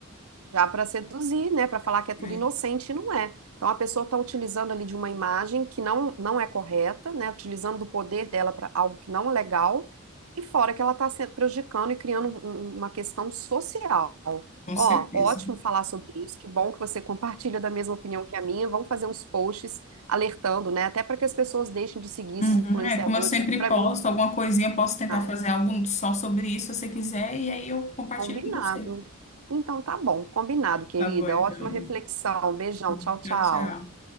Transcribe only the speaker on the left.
né?
Com
certeza.
Uhum,
É, como eu sempre
posto,
alguma coisinha, eu posso tentar
fazer algo só sobre isso, se você quiser, e aí eu compartilho
com você.
Tá bom, então.
Sim,
Tchau,
tchau.